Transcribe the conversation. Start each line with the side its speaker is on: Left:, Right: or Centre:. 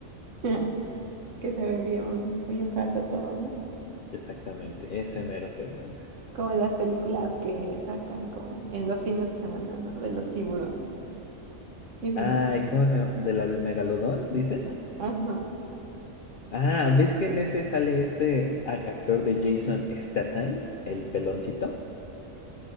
Right: <laughs> que se ve bien, bien falso todo, ¿no?
Left: Exactamente, ese mero Fernanda.
Right: Como las películas que sacan como en los fines de semana, ¿no? De los tiburones y demás.
Left: Ay, ¿cómo se llama? ¿De las de Megalodón, dices?
Right: No, Ajá,
Left: Ah, ¿ves que en ese sale este a- actor de Jason Statham, el peloncito?